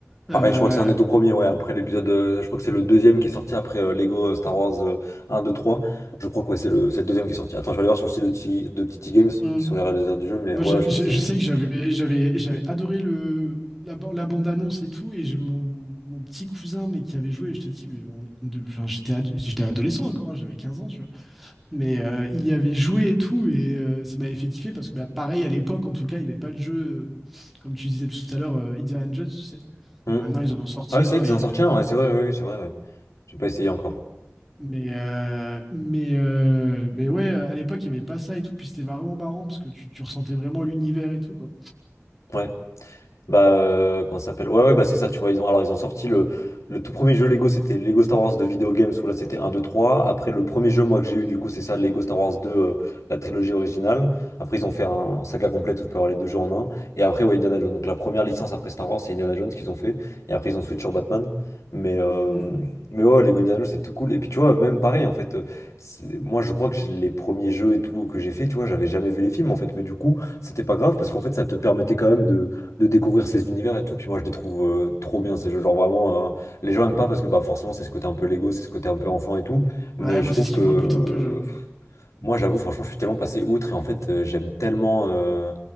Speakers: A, on the left; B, in the centre.
A: Pareil,
B: Euh,
A: je crois que c'est un des tout premiers, ouais, après l'épisode, euh, je crois que c'est le deuxième qui est sorti après euh, Lego euh, Star Wars euh, 1, 2, 3. Je crois que ouais, c'est le, c'est le deuxième qui est sorti. Attends, je vais aller voir sur le site de, TT de TT Games,
B: hum.
A: qui sont les réalisateurs du jeu, mais
B: Moi,
A: ouais,
B: je,
A: je
B: je-
A: crois que c'est.
B: je sais que j'avais, j'avais, j'avais adoré le, la, ba- la bande-annonce et tout, et j'ai mon, mon petit cousin, mais qui avait joué, et je te dis, mais on, on dev- enfin, j'étais, ad- j'étais adolescent encore, hein, j'avais 15 ans, tu vois. Mais euh, il y avait joué et tout, et euh, ça m'avait fait kiffer parce que, bah, pareil, à l'époque, en tout cas, il n'y avait pas de jeu, euh, comme tu disais tout à l'heure, euh, Indiana Jones, tu sais.
A: Hmm.
B: Bon, maintenant, ils en ont sorti
A: Ah oui,
B: un,
A: c'est vrai qu'ils
B: et,
A: en sortent
B: euh,
A: un, ouais, c'est vrai, oui, oui, c'est vrai, ouais. J'ai pas essayé encore.
B: mais, euh, mais, euh, mais ouais, euh, à l'époque, il n'y avait pas ça et tout, puis c'était vraiment marrant parce que tu, tu ressentais vraiment l'univers et tout, quoi.
A: Ouais. Bah, euh, comment ça s'appelle? Ouais, ouais, bah c'est ça, tu vois. Ils ont, alors, ils ont sorti le, le tout premier jeu Lego, c'était Lego Star Wars de Video Games, où là c'était un 2 trois Après, le premier jeu, moi, que j'ai eu, du coup, c'est ça, Lego Star Wars 2, euh, la trilogie originale. Après, ils ont fait un, saga complète où tu peux avoir les deux jeux en un. Et après, ouais, Indiana Jones. Donc, la première licence après Star Wars, c'est Indiana Jones qu'ils ont fait. Et après, ils ont switch sur Batman. Mais, euh,
B: Mm.
A: mais ouais, ouais, Lego Indiana Jones, c'est tout cool. Et puis, tu vois, même pareil, en fait, euh, c'est- moi, je crois que j'ai- les premiers jeux et tout que j'ai fait, tu vois, j'avais jamais vu les films, en fait. Mais du coup, c'était pas grave parce qu'en fait, ça te permettait quand même de de découvrir ces univers et tout. Puis moi, je les trouve euh, trop bien ces jeux. Genre vraiment, euh, les gens aiment pas parce que bah, forcément, c'est ce côté un peu Lego, c'est ce côté un peu enfant et tout.
B: Ouais,
A: Mais je
B: moi,
A: trouve
B: c'est ce
A: que
B: qui me
A: euh,
B: rebute un peu, j'avoue.
A: moi, j'avoue, franchement, je suis tellement passé outre et en fait, euh, j'aime tellement. euh,